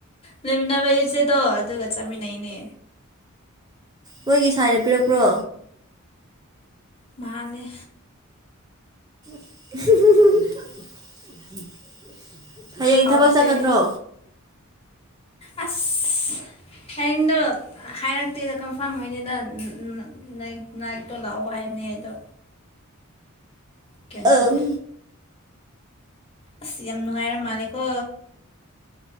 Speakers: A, on the left; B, on the right.
A: ꯂꯩꯃꯤꯟꯅꯕ ꯏꯆꯦꯗꯣ ꯑꯗꯨꯒ ꯆꯥꯃꯤꯟꯅꯩꯅꯦ꯫
B: ꯃꯣꯏꯒꯤ ꯁꯥꯏꯅ ꯄꯤꯔꯛꯄ꯭ꯔꯣ꯫
A: ꯃꯥꯂꯦ꯫
B: <unintelligible> ꯍꯌꯦꯡ
A: ꯍꯥꯎꯇꯦ
B: ꯊꯕꯛ ꯆꯠꯀꯗ꯭ꯔꯣ
A: ꯑꯁ꯫ ꯍꯌꯦꯡꯗꯣ ꯍꯥꯏꯔꯛꯇꯦꯗ ꯀꯟꯐꯥꯔꯝ ꯑꯣꯏꯗꯦꯗ ꯅꯥꯏ ꯅꯥꯏꯠꯇꯣ ꯂꯥꯛꯑꯣ ꯍꯥꯏꯔ ꯅꯦ ꯑꯗꯣ꯫ ꯀꯩꯟꯇꯧꯗꯦ꯫
B: ꯑꯪ
A: ꯑꯁ ꯌꯥꯝ ꯅꯨꯡꯉꯥꯏꯔ ꯃꯥꯂꯦꯀꯣ꯫